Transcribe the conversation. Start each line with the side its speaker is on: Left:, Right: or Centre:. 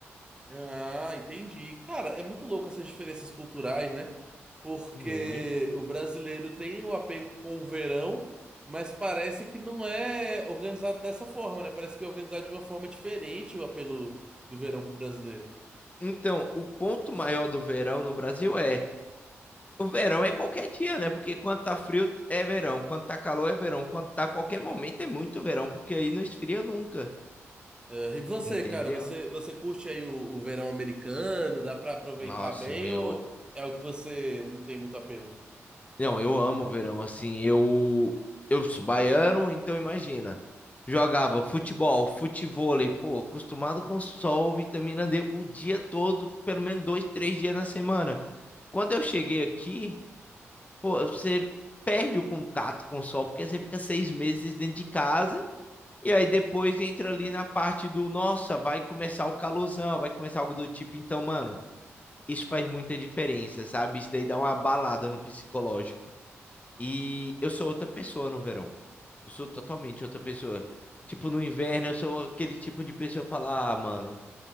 Right: Ah, entendi. Cara, é muito louco essas diferenças culturais, né? Porque
Left: Muito.
Right: o brasileiro tem o apego com o verão, mas parece que não é organizado dessa forma, né? Parece que é organizado de uma forma diferente o apelo do verão pro brasileiro.
Left: Então, o ponto maior do verão no Brasil é o verão é qualquer dia, né? Porque quando tá frio é verão, quando tá calor é verão, quando tá qualquer momento é muito verão, porque aí não esfria nunca.
Right: Ah, e você,
Left: Entendeu?
Right: cara, você, você curte aí o, o verão americano? Dá pra aproveitar
Left: Nossa,
Right: bem
Left: eu.
Right: ou é o que você não tem muito apelo?
Left: Não, eu amo o verão, assim. Eu. Eu sou baiano, então imagina. Jogava futebol, futevôlei, pô, acostumado com sol, vitamina D o dia todo, pelo menos dois, três dias na semana. Quando eu cheguei aqui, pô, você perde o contato com o sol, porque você fica seis meses dentro de casa, e aí depois entra ali na parte do, nossa, vai começar o calorzão, vai começar algo do tipo, então, mano. isso faz muita diferença, sabe? Isso daí dá uma balada no psicológico. E eu sou outra pessoa no verão. Eu sou totalmente outra pessoa. Tipo, no inverno eu sou aquele tipo de pessoa que fala, ah, mano,